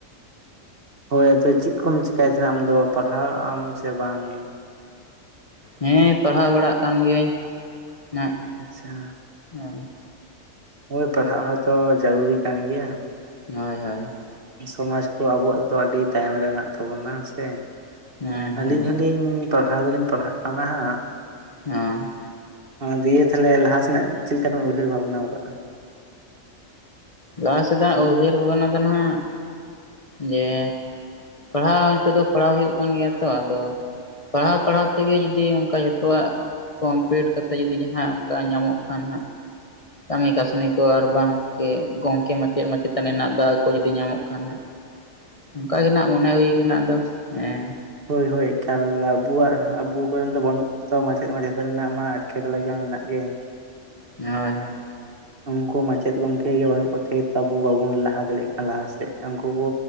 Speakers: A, on the right; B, on the left.
A: ᱦᱚᱭ ᱟᱫᱚ ᱪᱮᱫ ᱠᱚᱢ ᱪᱮᱠᱟᱭ ᱛᱮ ᱟᱢᱫᱚ ᱯᱟᱲᱦᱟᱜ ᱟᱢ ᱥᱮ ᱵᱟᱝ?
B: ᱦᱮᱸ ᱯᱟᱲᱦᱟᱣ ᱵᱟᱲᱟᱜ ᱠᱟᱱ ᱜᱤᱭᱟᱹᱧ ᱱᱟᱜ ᱾
A: ᱟᱪᱪᱷᱟ
B: ᱦᱮᱸ
A: ᱦᱚᱭ ᱯᱟᱲᱦᱟᱜ ᱦᱚᱸ ᱛᱚ ᱡᱟᱹᱨᱩᱨᱤ ᱠᱟᱱ ᱜᱮᱭᱟ ᱾
B: ᱦᱚᱭ ᱦᱚᱭ ᱾
A: ᱥᱚᱢᱟᱡᱽ ᱠᱚ ᱟᱵᱚᱣᱟᱜ ᱫᱚ ᱟᱹᱰᱤ ᱛᱟᱭᱚᱢ ᱨᱮ ᱢᱮᱱᱟᱜ ᱛᱟᱵᱚᱱᱟ ᱥᱮ
B: ᱦᱮᱸ
A: ᱟᱹᱞᱤᱧ
B: ᱦᱮᱸ
A: ᱦᱚᱸ ᱞᱤᱧ ᱯᱟᱲᱦᱟᱣ ᱫᱚ ᱞᱤᱧ ᱯᱟᱲᱦᱟᱜ ᱠᱟᱱᱟ ᱦᱟᱸᱜ᱾
B: ᱚᱸ
A: ᱫᱤᱭᱮ ᱛᱟᱦᱞᱮ ᱞᱟᱦᱟ ᱥᱮᱱᱟᱜ ᱪᱮᱫ ᱞᱮᱠᱟ ᱵᱮᱱ ᱩᱭᱦᱟᱹᱨ ᱵᱷᱟᱵᱱᱟ ᱟᱠᱟᱜᱼᱟ᱾
B: ᱞᱟᱦᱟ ᱥᱮᱫᱟᱜ ᱩᱭᱦᱟᱹᱨ ᱵᱷᱟᱵᱽᱱᱟ ᱫᱚ ᱱᱟᱦᱟᱜ ᱡᱮ᱾ ᱯᱟᱲᱦᱟᱣ ᱱᱤᱛᱚᱜ ᱫᱚ ᱯᱟᱲᱦᱟᱣ ᱦᱩᱭᱩᱜ ᱠᱟᱱ ᱜᱮᱭᱟ ᱛᱚ ᱟᱫᱚ᱾ ᱯᱟᱲᱦᱟᱣ ᱯᱟᱲᱦᱟᱣ ᱛᱮᱜᱮ ᱡᱚᱫᱤ ᱚᱱᱠᱟ ᱡᱷᱚᱛᱚᱣᱟᱜ᱾ ᱠᱚᱢᱯᱤᱴ ᱠᱟᱛᱮ ᱡᱩᱫᱤ ᱡᱟᱦᱟᱸ ᱚᱱᱠᱟ ᱧᱟᱢᱚᱜ ᱠᱷᱟᱱ ᱦᱟᱸᱜ᱾ ᱠᱟᱹᱢᱤ ᱠᱟᱹᱥᱱᱤ ᱠᱚ ᱟᱨ ᱵᱟᱝ ᱠᱮ ᱜᱚᱢᱠᱮ ᱢᱟᱪᱮᱫ ᱢᱟᱪᱮᱛᱟᱱᱤ ᱨᱮᱱᱟᱜ ᱫᱟᱣ ᱠᱚ ᱡᱩᱫᱤ ᱧᱟᱢᱚᱜ ᱠᱷᱟᱱ ᱦᱟᱸᱜ᱾
A: <unintelligible>
B: ᱚᱱᱠᱟ ᱜᱮ ᱱᱟᱜ ᱢᱚᱱᱮ ᱦᱳᱭ ᱠᱟᱱᱟ ᱟᱫᱚ ᱦᱮᱸ᱾
A: ᱦᱳᱭ ᱦᱳᱭ ᱮᱠᱟᱞ ᱟᱵᱚᱣᱟᱜ ᱟᱵᱚ ᱠᱚᱨᱮᱱ ᱫᱚ ᱵᱟᱹᱱᱩᱜ᱾ᱵ᱾ ᱛᱚ ᱢᱟᱪᱮᱫ ᱢᱟᱪᱮᱛᱟᱱᱤ ᱨᱮᱱᱟᱜ ᱢᱟ ᱮᱴᱠᱮᱴᱚᱬᱮ ᱢᱟ ᱢᱮᱱᱟᱜ ᱜᱮᱭᱟ᱾
B: ᱦᱚᱭ ᱦᱚᱭ
A: <unintelligible> ᱩᱱᱠᱩ ᱢᱟᱪᱮᱫ ᱜᱚᱝᱠᱮ ᱜᱮ ᱵᱟᱹᱱᱩᱜ ᱠᱚᱛᱮ ᱜᱮᱛᱚ, ᱟᱵᱚ ᱵᱟᱵᱚᱱ ᱞᱟᱦᱟ ᱫᱟᱲᱮᱭᱟᱜ ᱠᱟᱱᱟ ᱞᱟᱦᱟ ᱥᱮᱫ ᱩᱱᱠᱩ ᱠᱚ᱾